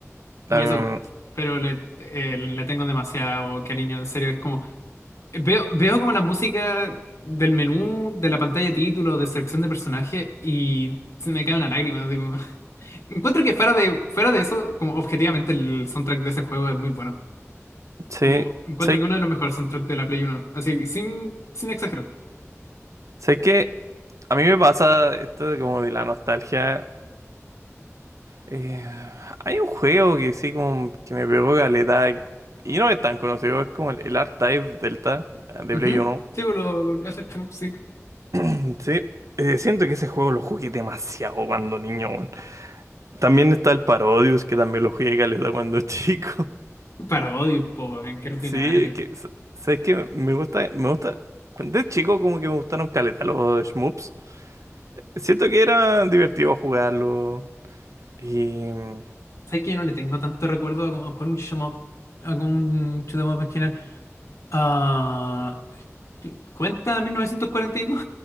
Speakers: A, on the left; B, on the right.
A: Y
B: em,
A: eso, pero le, eh, le tengo demasiado cariño, en serio. Es como, veo, veo como la música del menú, de la pantalla de título, de selección de personaje y se me cae una lágrima. Digo, <laughs> encuentro que fuera de, fuera de eso, como objetivamente el soundtrack de ese juego es muy bueno.
B: sí.
A: Como encuentro
B: Sí.
A: que uno de los mejores soundtracks de la Play uno Así, sin, sin exagerar.
B: Sé que a mí me pasa esto de como de la nostalgia. eh, hay un juego que sí como que me pegó caleta y no es tan conocido, es como el, el Archive Delta ah, de
A: Ujú.
B: Play uno
A: Sí, por lo, eso, sí.
B: <clears throat> Sí, eh, siento que ese juego lo jugué demasiado cuando niño, weón. También está el Parodius que también lo jugué caleta cuando chico. <laughs>
A: Parodios, po, weón, qué ordinario.
B: Sí, es que s- sabes que me gusta me gusta de chico como que me gustaron caleta los shmups. Siento que era divertido jugarlo. Y mm,
A: ¿Sabes que yo no le tengo tanto recuerdo a como jugar un shoot 'em up, a como un shoot 'em up en general? Ah, ¿qué? ¿cuenta 1942?